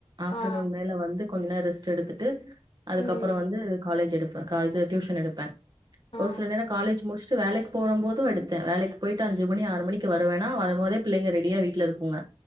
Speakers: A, on the right; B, on the left.
A: ஆப்டர்நூன்
B: ஆ
A: மேல வந்து கொஞ்ச நேரோ ரெஸ்ட் எடுத்துட்டு அதுக்கப்புறோவந்து
B: ம்
A: காலேஜ் எடுத் கஞ்சு டியூஷன் எடுப்பேன்
B: ஆ
A: ஓரு சில நே காலேஜ் முடிச்சிட்டு வேலைக்கு போன போதும் எடுத்தேன் வேலைக்கு போயிட்டு அஞ்சு மணி ஆறு மணிக்கு வருவனா வரும்போதே பிள்ளைங்க ரெடியா வீட்ல இருங்குங்க